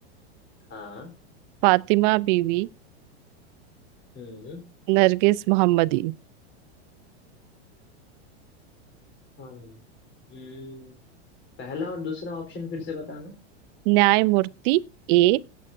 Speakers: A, on the left (about 35°); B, on the right (about 45°).
A: हाँ
B: फातिमा बीवी
A: हम्म
B: नरगिस मोहम्मदी
A: हम हम्म, पहला और दूसरा ऑप्शन फिर से बताना
B: न्यायमूर्ति ए